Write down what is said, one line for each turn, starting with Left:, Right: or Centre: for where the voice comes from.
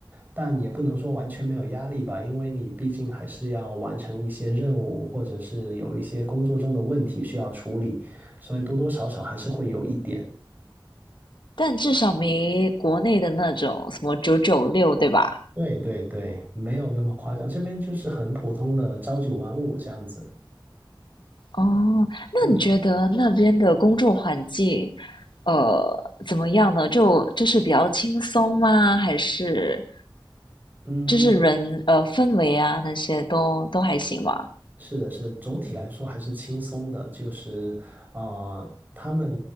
Right: 但也不能说完全没有压力吧，因为你毕竟还是要完成一些任务，或者是有一些工作中的问题需要处理，所以多多少少还是会有一点。
Left: 但至少没国内的那种什么九九六，对吧？
Right: 对对对，没有那么夸张，这边就是很普通的朝九晚五这样子。
Left: 哦，那你觉得那边的工作环境，
Right: 嗯，
Left: 呃，怎么样呢？就就是比较轻松吗？还是
Right: 嗯，
Left: 就是人呃氛围啊那些都都还行吗？
Right: 是的，是的，总体来说还是轻松的，就是，呃，他们